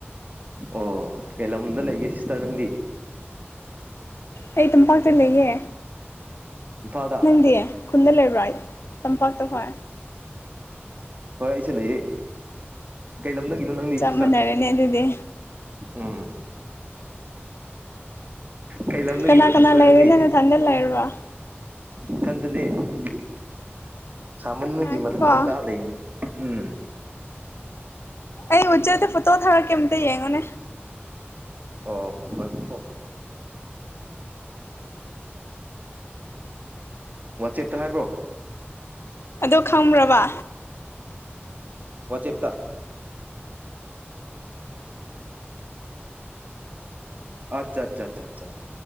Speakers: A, on the right; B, on the left.
A: ꯑꯣ ꯀꯩ ꯂꯝꯗ ꯂꯩꯀꯦꯁꯤꯁꯥꯅ ꯅꯪꯗꯤ
B: ꯑꯩ ꯇꯝꯄꯥꯛꯇ ꯂꯩꯌꯦ
A: ꯏꯝꯐꯥꯜꯗ
B: ꯅꯪꯗꯤ ꯈꯨꯟꯗ ꯂꯩꯕ꯭ꯔ ꯍꯥꯏ ꯇꯝꯄꯥꯛꯇ ꯍꯣꯏ
A: ꯍꯣꯏ ꯑꯩꯁꯨ ꯂꯩꯌꯦ ꯀꯩ ꯂꯝꯂꯒꯤꯅꯣ ꯅꯪꯗꯤ
B: ꯆꯞ
A: ꯁꯤ ꯁꯥꯔ
B: ꯃꯥꯟꯅꯔꯦꯅꯦ ꯑꯗꯨꯗꯤ
A: ꯎꯝ ꯀꯩ ꯂꯝꯗꯒꯤꯅꯣ
B: ꯀꯅꯥ ꯀꯅꯥ
A: ꯁꯤꯁꯇꯔꯪꯗꯤ
B: ꯂꯩꯔꯤꯅꯣ ꯅꯊꯟꯗ ꯂꯩꯔꯤꯔꯣ
A: ꯏꯊꯟꯇꯅꯦ ꯑꯩꯗꯤ ꯁꯥꯃꯟꯕꯒꯤ
B: ꯉꯥꯏꯈꯣꯀꯣ
A: ꯃꯊꯛꯇ ꯀꯥ ꯂꯩꯕꯅꯦ ꯎꯝ
B: ꯑꯩꯩꯅ ꯎꯆꯦ ꯄꯨꯠꯇꯣ ꯊꯔ ꯀꯃꯇ ꯌꯦꯡꯉꯣ
A: ꯑꯣ ꯃꯅꯨꯡꯥꯏ ꯃꯀꯣ ꯋꯥꯆꯦꯞꯇ ꯍꯥꯏꯕ꯭ꯔꯣ
B: ꯑꯗꯣ ꯈꯪꯕꯕ
A: ꯋꯥ ꯆꯦꯞꯇ ꯑꯠꯆꯥ ꯑꯆꯥ